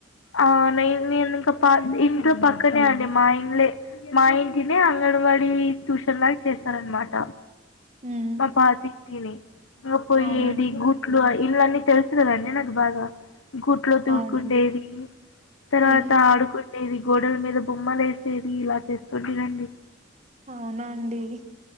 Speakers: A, on the left; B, on the right.
A: అవునా నే నేను మా ఇంటి పక్కనే అండి మా ఇల్లే మా ఇంటినే అంగన్వాడికి అది ట్యూషన్ లాగా చేసారన్న మాట.
B: ఉమ్
A: మా పాతి ఇంటినీ మా పోయిది
B: అవునండి
A: గుడ్లు ఇళ్లన్నీ తెలుసుగదండి నాకు బాగా గూట్లో తూడుకుండేది
B: అవునండి
A: తర్వాత
B: ఉమ్
A: ఆడుకునే ఇది గోడల మీద బొమ్మలు వేసేది ఇలా చేసుకొని తినండి.
B: అవునా అండి